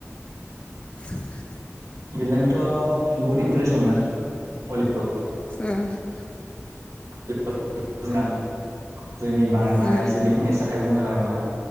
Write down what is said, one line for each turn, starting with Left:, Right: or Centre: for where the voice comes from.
Left: <unintelligible>
Right: गेलेनोथ' बहुद इन्टारेस्ट मोनो, भलिबलाव
Left: <unintelligible>
Right: <unintelligible> जोंनि बारनाय
Left: उम
Right: जोंनि फिटनेस थाखायबो मोजां आरोना।